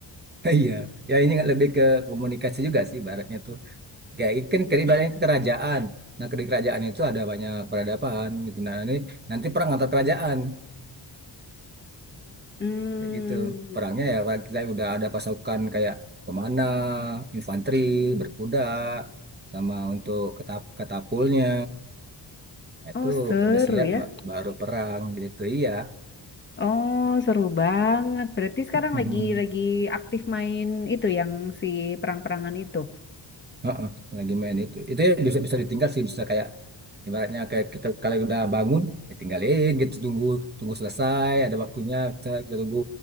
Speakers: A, on the right; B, on the left.
A: <laughs> iya ya ini nggak lebih ke komunikasi juga sih baratnya tuh kayak kan ibaratnya ke kerajaan nah ke di kerajaan itu ada banyak peradaban gitu nah ini nanti perang antar kerajaan
B: Hmm.
A: kayak gitu perangnya ya kayak kita udah ada pasukan kayak pemana infanteri berkuda sama untuk ketap katapulnya Nah,
B: Oh,
A: itu
B: seru
A: udah siap
B: ya.
A: ba- baru perang gitu iya
B: Oh, seru banget. Berarti sekarang
A: <laughs>
B: lagi lagi aktif main itu yang si perang-perangan itu.
A: Heeh, lagi main itu itu ya bisa bisa ditinggal sih bisa kayak ibaratnya kayak kita kalau udah bangun ditinggalin gitu tunggu tunggu selesai ada waktunya misalnya kita tunggu